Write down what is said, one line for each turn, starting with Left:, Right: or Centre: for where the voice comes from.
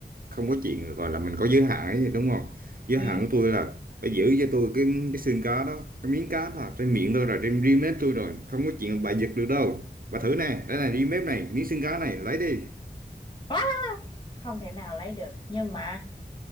Right: không có chuyện gọi là mình có giới hạn ấy đúng không giới
Left: ừ
Right: hạn của tôi là phải giữ cho tôi cái cái xương cá đó cái miếng cá đó là trên miệng tôi rồi trên ri mép tôi rồi không có chuyện bà giật được đâu bà thử nè đây này ri mép này miếng xương cá này lấy đi
Left: quá, không thể nào lấy được nhưng mà